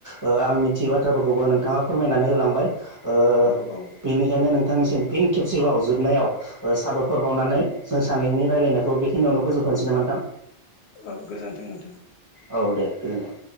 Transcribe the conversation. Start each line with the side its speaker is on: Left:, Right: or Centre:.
Right: ओ आं मिथियै बाथ्राफोरखौबो नोंथाङा फोरमायनानै होलांबाय। ओ
Left: औ औ
Right: बेनिखायनो नोंथांनिसिम फिन खेबसेबाव जोबनायाव साबायखर बावनानै जों सानैनि रायलायनायखौ बेखिनियावनो फोजोबथ'नोसैनो नामा नोंथां।
Left: औ गोजोनथों नोंथां।
Right: औ दे गोजोन्थों।